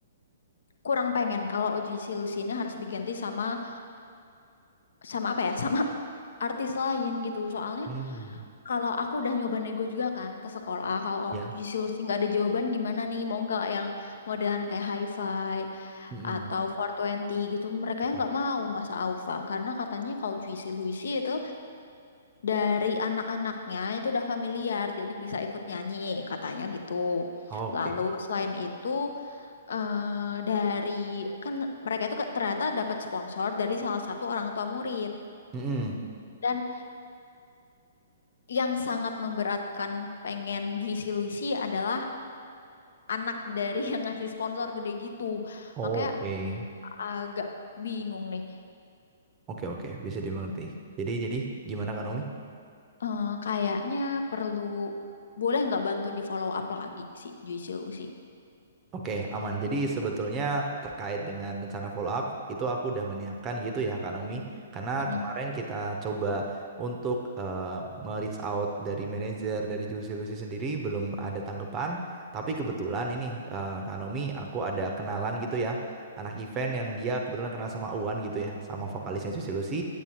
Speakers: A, on the left; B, on the right.
A: kurang pengen kalau Juicy Luicy ini harus diganti sama sama apa ya? <laughs> Sama artis lain gitu. Soalnya
B: Hmm,
A: kalau aku udah nyoba nego juga kan ke sekolah kalau
B: ya.
A: solusi nggak ada jawaban gimana nih mau nggak yang modelan kayak hi-fi
B: Mm-mm.
A: atau four twenty gitu mereka
B: Oke.
A: yang nggak mau masa Aufa karena katanya kalau Juicy Luicy itu dari anak-anaknya itu udah familiar jadi bisa ikut nyanyi katanya gitu
B: Oke.
A: lalu selain itu eh, dari kan mereka itu ke- ternyata dapat sponsor dari salah satu orang tua murid
B: Mm-mm.
A: Dan yang sangat memberatkan pengen Juicy Luicy adalah anak dari yang ngasih sponsor gede gitu.
B: Oh,
A: Makanya
B: Oke.
A: agak bingung nih.
B: Oke oke bisa dimengerti. Jadi jadi gimana kan Omi?
A: Eh, kayaknya perlu boleh nggak bantu di follow up lagi si Juicy Lucy?
B: Oke aman. Jadi sebetulnya terkait dengan rencana follow up itu aku udah menyiapkan gitu ya Kak Naomi. Karena
A: Mm-mm,
B: kemarin kita coba untuk eh, me-reach out dari manajer dari Juicy Lucy sendiri belum ada tanggapan. Tapi kebetulan ini eh, Kak Naomi aku ada kenalan gitu ya anak event yang dia kebetulan kenal sama Uwan gitu ya sama vokalisnya Juicy Lucy.